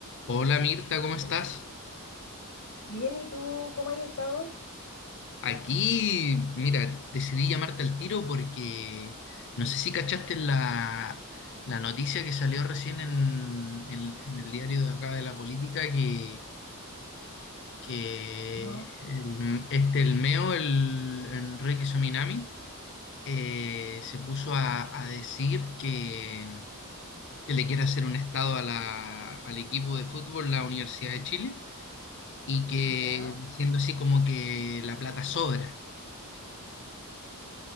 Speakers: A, on the left; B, on the left.
A: Hola Mirta, ¿cómo estás?
B: Bien, ¿y tú cómo has estado?
A: Aquí, mira, decidí llamarte al tiro porque no sé si cachaste la, la noticia que salió recién en, el en el diario de acá de la política que, que
B: No.
A: el- este, el MEO, el Enrique Sominami, eh, se puso a, a decir que, que le quiere hacer un estado a la- al equipo de fútbol, la Universidad de Chile, y que
B: Ya.
A: diciendo así como que la plata sobra.